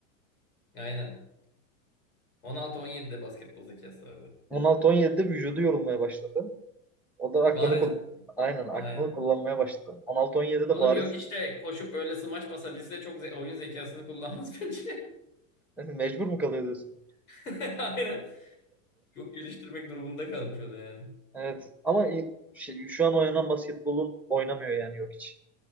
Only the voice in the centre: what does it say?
16-17'de vücudu yorulmaya başladı. O da
aklını kul- aynen aklını
kullanmaya başladı. 16-17'de
bariz
<laughs> mecbur mu kalıyor diyorsun?
Evet. Ama iyi- şey, şu an oynanan basketbolun oynamıyor yani yok hiç.